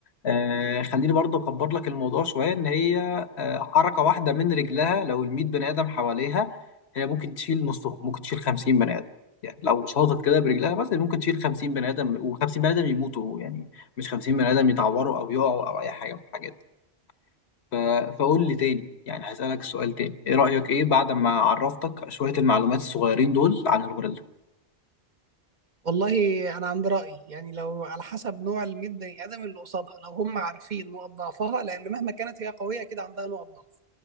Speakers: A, on the left (about 85°); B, on the right (about 45°).
A: آه خليني برضو اكبر لك الموضوع شويه ان هي آه حركه واحده من رجلها لو ال 100 بني ادم حواليها هي ممكن تشيل نصهم ممكن تشيل 50 بني ادم يعني لو شاطت كده برجلها بس ممكن تشيل 50 بني ادم و50 بني ادم يموتوا يعني مش 50 بني آدم يتعوروا أو يقعوا أو أي حاجة من الحاجات دي ف... فقول لي تاني يعني هسألك السؤال تاني إيه رأيك إيه بعد ما عرفتك شوية المعلومات الصغيرين دول عن الغوريلا
B: والله انا عندي راي يعني لو على حسب نوع ال 100 بني ادم اللي قصادها لو هم عارفين نقط ضعفها لان مهما كانت هي قويه اكيد عندها نقط ضعف